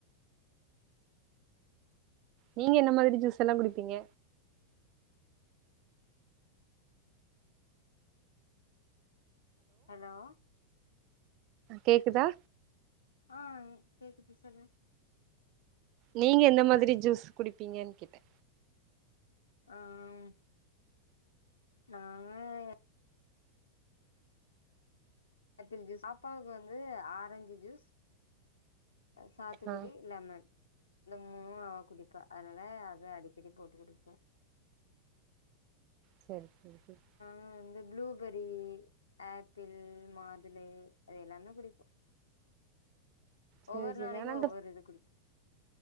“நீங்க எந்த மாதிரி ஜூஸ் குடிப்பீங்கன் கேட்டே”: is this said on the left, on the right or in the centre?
Right